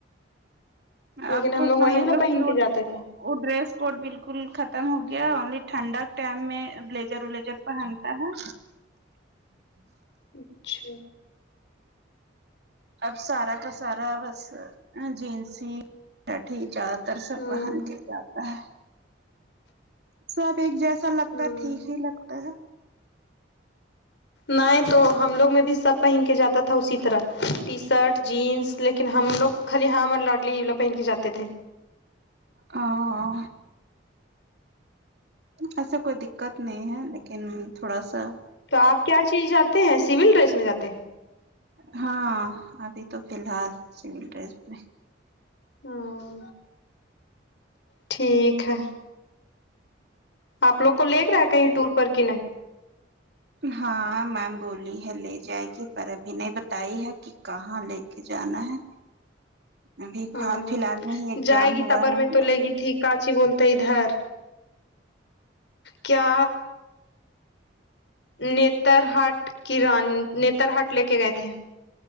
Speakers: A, on the left; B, on the right.
A: لیکن
B: اب
A: ہم
B: تو
A: لوگ
B: سمجھ
A: وہی والا
B: لو
A: پہن
B: کیوٹ
A: کے جاتے
B: ہو
A: تھے
B: وہ ڈریس کوڈ بالکل ختم ہو گیا انلی ٹھنڈا کے ٹائم میں بلیزر ولیزر پہن تا ہے
A: اچھا
B: اب سارا کا سارا بس جینسی بیٹھی جات دراصل
A: ہوں
B: پہن کے جاتا ہے سب ایک جیسا لگتا
A: ہوں
B: ٹھیک ہی لگتا ہے
A: نائ تو ہم لوگ میں بھی سب پہن کے جاتا تھا اسی طرح ٹی شرٹ جینس لیکن ہم لوگ خالی ہاں ہم اور لاڈلییولا پہن کے جاتے تھے
B: ہاں ایسا کوئی دقت نہیں ہے لیکن تھوڑا سا
A: تو اپ کیا چیز جاتے ہیں سیول ڈریس میں جاتے ہیں
B: ہاں ابھی تو فی الحال سول ڈریس میں
A: ہاں ٹھیک ہے آپ لوگ کو لکھ رہا کہیں ٹور پر کی نہیں
B: ہاں مام بولی ہے لے جائے گی پر ابھی نہیں بتائی ہے کہ کہاں لے کے جانا ہے ابھی
A: ہاں
B: حال فی الحال میں ہی ایگزام
A: جائے گی
B: ہوا
A: تبر
B: ہے
A: میں
B: ہم
A: تو
B: لوگ
A: لے
B: کو
A: گی ٹھیک کاچی بولتے ادھر کیا نیتر ہاٹ کی رانی نیتر ہاٹ لے کے گئے تھے